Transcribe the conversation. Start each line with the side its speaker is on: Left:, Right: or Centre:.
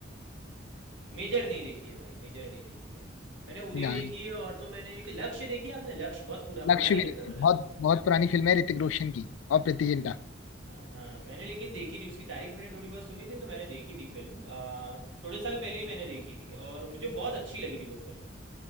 Right: मेजर नहीं देखी है भाई मेजर नहीं देखी है मैंने उरी
Left: न-
Right: देखी है और तो मैंने एक लक्ष्य देखी है आपने लक्ष्य बहुत पुरा
Left: लक्ष्य
Right: पुरानी
Left: भी
Right: फिल्म
Left: देखी
Right: है मतलब
Left: बहुत बहुत पुरानी फिल्म है ऋतिक रोशन की और प्रीति
Right: हाँ
Left: जिंटा
Right: हाँ हाँ मैंने लेकिन देखी थी उसकी तारीफ मैंने थोड़ी बहुत सुनी थी तो मैंने देखी थी फिल्म आ, थोड़े साल पहले ही मैंने देखी थी और मुझे बहुत अच्छी लगी थी वो फिल्म